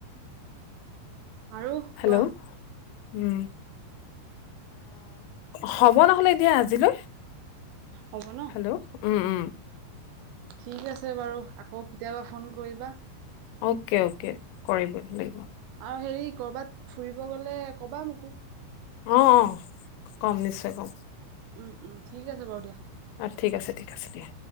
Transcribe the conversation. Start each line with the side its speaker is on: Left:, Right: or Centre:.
Right: আৰু
Left: হেল্ল'
Right: কোৱা
Left: উম। হ'ব নহ'লে দিয়া আজিলৈ।
Right: অ, হ'ব ন,
Left: হেল্ল' উম উম
Right: ঠিক আছে বাৰু আকৌ কেতিয়াবা ফোন কৰিবা।
Left: অ'কে অ'কে কৰিব লাগিব।
Right: আৰু হেৰি কৰ'বাত ফুৰিব গ'লে ক'বা মোকো।
Left: অ অ কম নিশ্চয় কম।
Right: উম উম ঠিক আছে বাৰু দিয়া।
Left: ঠিক আছে ঠিক আছে দিয়া